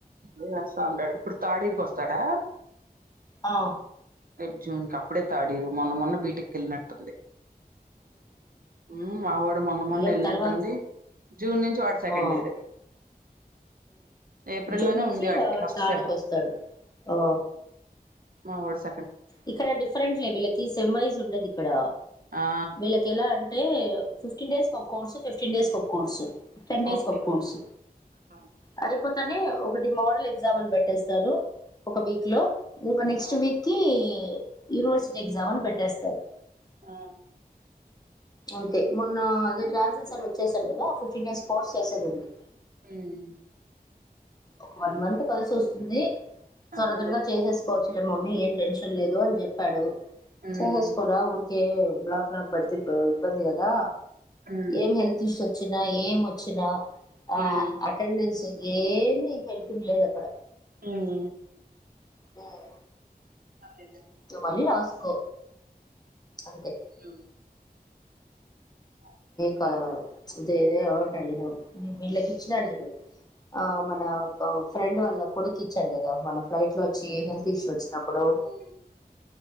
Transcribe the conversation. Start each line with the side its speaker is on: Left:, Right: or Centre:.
Right: ఉమ్ వస్తా ఉంటడు ఇప్పుడు థర్డ్ ఇయర్కీ వస్తాడా
Left: ఆ
Right: రేపు జూన్ కప్పుడే థర్డ్ ఇయరు మొన్న మొన్న బీటెక్ కెళ్లి నెట్టుంది ఉమ్ మా వాడు మొన్న మొన్న
Left: ఏ
Right: వెళ్ళినట్టుంది
Left: తర్వాత
Right: జూన్ నుంచి వాడు సెకండ్
Left: ఆ
Right: ఇయర్ ఏప్రిల్లోనే
Left: జూన్ నుంచి
Right: ఉంది వాడికి
Left: వాడు
Right: ఫస్ట్
Left: థర్డ్కి
Right: సెమ్
Left: వస్తాడు ఆ
Right: మా వర్స
Left: ఇక్కడ డిఫరెంట్లే వీళ్ళకి సెమ్ వైజ్ ఉండది ఇక్కడ
Right: ఆ
Left: వీళ్ళకి ఎలా అంటే ఫిఫ్టీన్ డేస్ ఒక కోర్సు ఫిఫ్టీన్ డేస్ ఒక కోర్సు టెన్ డేస్
Right: ఓకే
Left: ఒక కోర్సు
Right: ఆ
Left: అది లేకపోతేనే ఒకటి మోడల్ ఎగ్జామ్ అని పెట్టేస్తారు ఒక వీక్ లో ఇంకా నెక్స్ట్
Right: ఆ
Left: వీక్ కి యూనివర్సిటీ ఎగ్జామ్ అని పెట్టేస్తారు
Right: ఆ
Left: అంతే మొన్న అదే ట్రావెసింగ్స్ సార్ వచ్చేసారు కదా ఫిఫ్టీన్ డేస్ కోర్స్ చేసేది ఉంది
Right: మ్మ్
Left: ఒక వన్ మంత్ కలిసి వస్తుంది తర
Right: అదేలే
Left: తరగా చేసేసుకోవచ్చు లే మమ్మీ ఏం టెన్షన్ లేదు అని చెప్పాడు
Right: ఉమ్
Left: సహస్కోరారు కే బ్లాక్ లో పడితే ఇబ్బంది కదా
Right: ఉమ్
Left: ఏం హెల్తు ఇష్యూ వచ్చిన ఏం వచ్చిన ఆ
Right: ఉమ్
Left: అటెండెన్స్ ఏ హెల్త్ కి లేదు అక్కడ
Right: మ్మ్
Left: మ్మ్
Right: అదేలే
Left: నువ్వు మల్లి రాస్కో అంతె
Right: ఉమ్ అంతే
Left: కాేదే ఉంటారు లేద వీళ్ళకి ఇచ్చినడు చూడు ఆ మన ఫ్రెండ్ వాళ్ళ కొడుకి ఇచ్చారు కదా మన ఫ్లైట్ లో వచ్చి హెల్త్ ఇష్యూ వచ్చి అప్పుడు
Right: ఉమ్